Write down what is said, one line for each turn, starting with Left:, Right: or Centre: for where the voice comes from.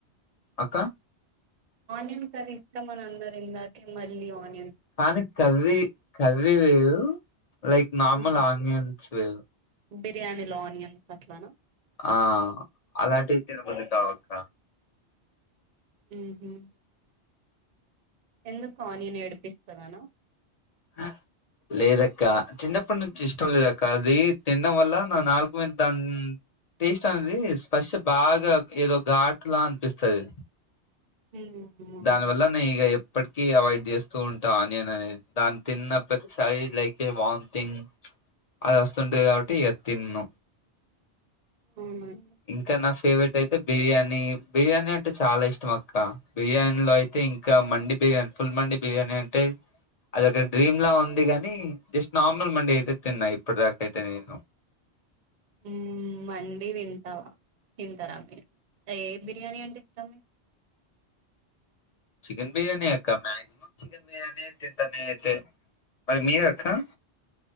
Left: అక్క
Right: ఆనియన్ కర్రీ ఇష్టమని అన్నారు ఇందాకే మళ్ళీ ఆని
Left: పాని కవ్వి కర్రీ వేరు లైక్ నార్మల్
Right: మ్మ్.
Left: ఆనియన్స్ వే
Right: బిర్యానీలో ఆనియన్స్ అట్లానా
Left: ఆ అలాంటి తినబుద్ది కావు అక్క
Right: ఊహు ఎందుకు ఆనియన్ ఏడిపిస్తదనా
Left: హ లేదక్క చిన్నప్పటి నుంచి ఇష్టం లేదక్క అది తినడం వల్ల నా నాలుక మీద అం టేస్ట్ అనేది స్పర్శ బాగా ఏదో ఘాట్లా అనిపిస్తది
Right: అవును
Left: దాని వల్ల నేను ఇక ఎప్పటికీ అవాయిడ్ చేస్తూ ఉంటా ఆనియన్ అనేది దాని తిన్న ప్రతిసారి లైకే వాంతింగ్ అది వస్తుంటది కాబట్టి ఇక తిన్ను
Right: అవునండి.
Left: ఇంకా నా ఫేవరెట్ అయితే బిర్యానీ బిర్యానీ అంటే చాలా ఇష్టం అక్క బిర్యానీలో అయితే ఇంకా మండి బిర్యానీ ఫుల్ మండి బిర్యానీ అంటే అదొక డ్రీమ్ లా ఉంది గాని జస్ట్ నార్మల్ మండి అయితే తిన్నా ఇప్పటి దాకా అయితే నేను
Right: ఉమ్ మండి తింటావా తింటార మీరు ఏ బిర్యానీ అంటే ఇష్టం
Left: చికెన్ బిర్యానీ అక్క మాక్సిమం చికన్ బిర్యానీ యే తింట నేనయితే మరి మీరక్కా